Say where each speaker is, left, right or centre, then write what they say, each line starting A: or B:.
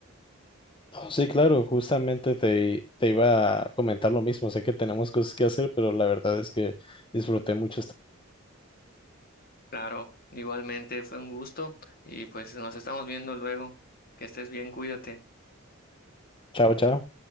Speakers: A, on the left (about 25°); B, on the left (about 45°).
A: Oh, Sí, claro, justamente te, te iba a comentar lo mismo. Sé que tenemos cosas que hacer, pero la verdad es que disfruté mucho. esta-
B: Claro, igualmente fue un gusto y pues nos estamos viendo luego. Que estés bien, cuídate.
A: Chao, chao.